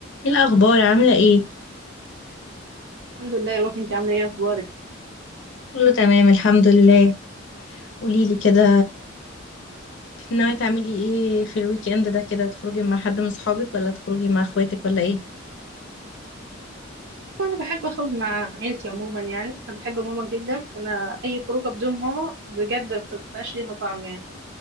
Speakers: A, on the left (about 65°); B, on the right (about 70°).
A: ايه الاخبار عامله ايه
B: الحمد لله يا روحي انت عامله ايه اخبارك
A: كله تمام الحمد لله قوليلي كده ناويه تعملي ايه في الويك اند ده كده تخرجي مع حد من صحابك ولا تخرجي مع اخواتك ولا ايه
B: انا بحب اخرج مع عيلتي عموما يعني انا بحب ماما جدا فانا اي خروجه بدون ماما بجد ما بتبقاش ليها طعم يعني